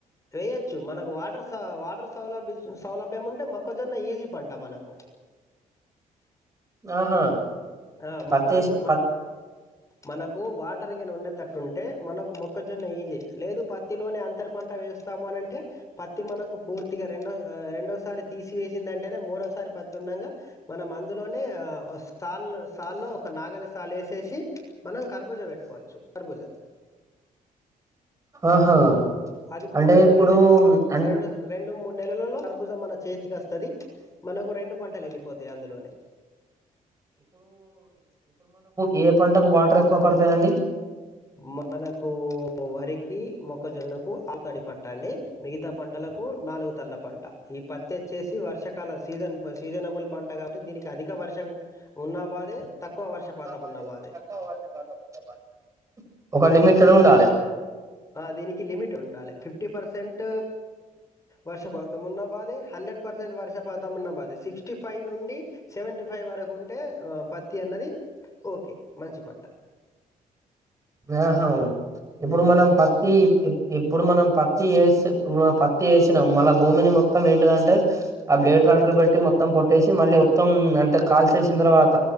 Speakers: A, on the left (about 20°); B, on the right (about 20°).
A: వేయొచ్చు మనకు వాటర్ వాటర్ సౌల సౌలభ్యం ఉంటే మొక్కజొన్న ఈజీ పంట మనకు
B: ఆహా
A: ఆ మొక్కజొన్న
B: పత్తి వేసి
A: మన
B: పత్
A: మనకు వాటర్గా ఉండేటట్టుంటే మనకు మొక్కజొన్న ఈజీ లేదు పత్తిలోనే అం పత్తర పంట వేస్తాము అనింటే పత్తి మనకు పూర్తిగా, రెండో రెండోసారి తీసివేసిందింటేనే మూడోసారి పత్తి ఉండగా మనం అందులోనే సాల్ సాల్లో ఒక నాగలి సాాలు వేసేసి మనం కర్బుజ పెట్టుకోవచ్చు కర్బుజ
B: ఆహా
A: అది
B: అంటే
A: మనకు
B: ఇప్పుడు
A: ఈ టై
B: అం
A: రెండు రెండు మూడు నెలలో భజం మన చేతికి వస్తది మనకు రెండు పంటలు వెళ్ళిపోతాయి అందులోనే
B: ఈ ఏ పంటకు వాటర్ ఎక్కువ పడతాయండి
A: మనకు వరికి, మొక్కజొన్నకు, ఆలుతాడి పంట అండి, మిగతా పంటలకు నాలుగు తల్ల పంట ఈ పత్తి వచ్చేసి వర్షకాల సీజన్ సీజనబుల్ పంట కాబట్టి దీనికి అధిక వర్షం ఉన్నా బాధే
B: <inaudible>
A: తక్కువ వర్షపాతం ఉన్న బాధే.
B: లిమిటెడ్ డ ఉండాలే
A: దీనికి లిమిట్ ఉండాలి, ఫిఫ్టీ పర్సెంట్ వర్షపాతం ఉన్న బాధే, హండ్రెడ్ పర్సెంట్ వర్షపాతం ఉన్న బాధే, సిక్స్టీ ఫైవ్ నుండి సెవెంటీ ఫైవ్ వరకు ఉంటే పత్తి అన్నది ఓకే మంచి పంట
B: ఆహా
A: హ్మ్.
B: ఎప్పుడు మన ఈ ఇప్పుడు మనం పత్తి వసిప్పు పత్తి వేసినాం, మళ్ళ భూమిని మొత్తం ఏంటిదంటే ఆ బ్లేడ్ ట్రాక్టర్ బట్టి మొత్తం కొట్టేసి, మళ్ళీ మొత్తం అంటే కాల్చేసిన తర్వాత